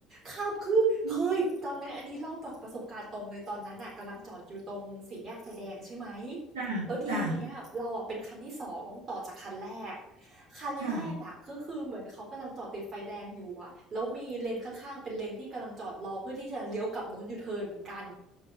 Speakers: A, on the right; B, on the right.
A: ขับคือเคยจำได้นอันนี้เล่าจากประสบการณ์ตรงเลยตอนนั้นน่ะกำลังจอดอยู่ตรงสี่แยกไฟแดงใช่ไหม
B: ใช่ จ้าจ้า
A: แล้วทีเนี้ยเราอะเป็นคันที่สองต่อจากคันแรกคันแรกอะก็คือเหมือนเขากำลังจอดติดไฟแดงอยู่อะแล้วมีเลนข้างๆเป็นเลนที่กำลังจอดรอเพื่อที่จะเลี้ยวกลับรถยูเทิร์นเหมือนกัน
B: ค่ะ